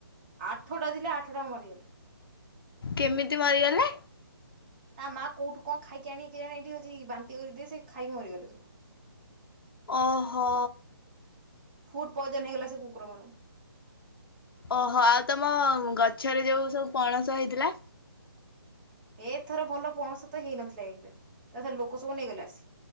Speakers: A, on the right; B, on the left.
A: ଆଠଟା ଥିଲା ଆଠଟା ମଲା।
B: କେମିତି ମରିଗଲେ?
A: ତା ମା କୋଉଠୁ କଣ ଖାଇକି ଆଣିକି <unintelligible> ସେ ଖାଇକି ମରିଗଲେ ସବୁ।
B: ଓ ହୋ।
A: ଫୁଡ୍ ପଏଦନ ହେଇଗଲା ସେ କୁକୁର ମାନଙ୍କୁ।
B: ଓହୋ ଆଉ ତମ ଗଛରେ ଯୋଉ ସବୁ ପଣସ ହେଇଥିଲା?
A: ଏ ଥର ଭଲ ପଣସ ତ ହେଇନଥିଲା ଏଘରେ ତା ଥରେ ଲୋକ ସବୁ ନେଇଗଲେ ଆସି।